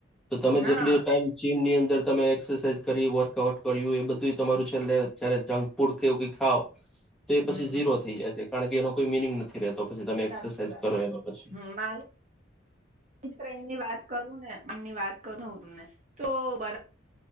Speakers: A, in the centre; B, on the right.
A: તો તમે
B: હા
A: જેટલી ટાઈમ જીમ ની અંદર અંદર તમે એક્સરસાઇઝ કરી વર્કઆઉટ કર્યું એ બધું તમારું છેલ્લે જ્યારે જંક ફૂડ કે એવું કઈ ખાવ તે
B: હમ
A: પછી ઝીરો થઈ જાશે કારણ કે એનો કોઈ મિનિંગ નથી રહેતો. પછી તમે
B: સાચી
A: એક્સરસાઇઝ
B: વાત
A: કરો
B: છે
A: એનો પછી
B: હમ્મ મારી ફ્રેન્ડ ની વાત કરું ને મનની વાત કરુંને હું તમને તો બરા